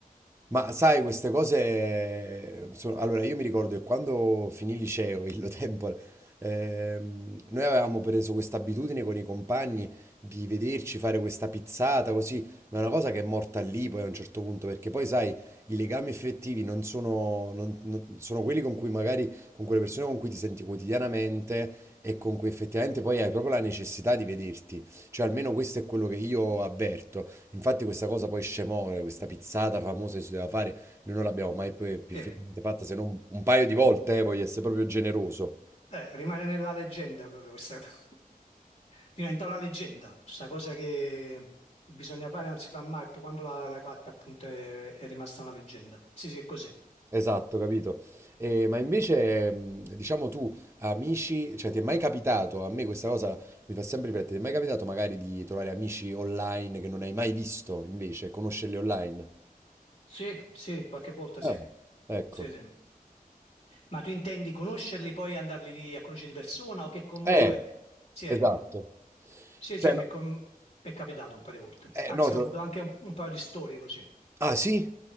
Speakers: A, on the right; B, on the left.
A: Ma sai, queste cose eh, sono... Allora, io mi ricordo che quando finì il liceo, <laughs> illo tempore, ehm, noi avevamo preso questa abitudine con i compagni di vederci fare questa pizzata così, ma è una cosa che è morta lì poi a un certo punto, perché poi sai, i legami effettivi non sono, non- non- sono quelli con cui magari, con quelle persone con cui ti senti quotidianamente e con cui effettivamente poi hai proprio la necessità di vederti. Cioè, almeno questo è quello che io avverto. Infatti questa cosa poi scemore, questa pizzata famosa che si doveva fare, noi non l'abbiamo mai poi più
B: Sì.
A: effettivamente fatta se non un paio di volte, eh, voglio essere proprio generoso.
B: Eh, rimane nella leggenda proprio questa <laughs> cosa. diventa una leggenda, questa cosa che bisogna fare non si fa mai, poi quando la- l'hai fatta appunto è, è rimasta una leggenda. Sì, sì, è così.
A: Esatto, capito. Eh, ma invece, mh, diciamo tu, amici, cioè ti è mai capitato, a me questa cosa mi fa sempre riflettere, ti è mai capitato magari di trovare amici online che non hai mai visto invece, conoscerli online?
B: Sì, sì, qualche volta
A: Ah,
B: sì.
A: ecco.
B: Sì, sì. Ma tu intendi conoscerli poi e andarli di- a conoscere di persona o che comunque...
A: Eh,
B: Sì, ecco.
A: esatto.
B: Sì,
A: Cioè,
B: sì, mi
A: no,
B: è, com- mi è capitato un paio di volte.
A: eh,
B: Anzi,
A: no, te
B: ho avuto
A: lo-
B: anche un, un paio di storie così.
A: Ah, sì?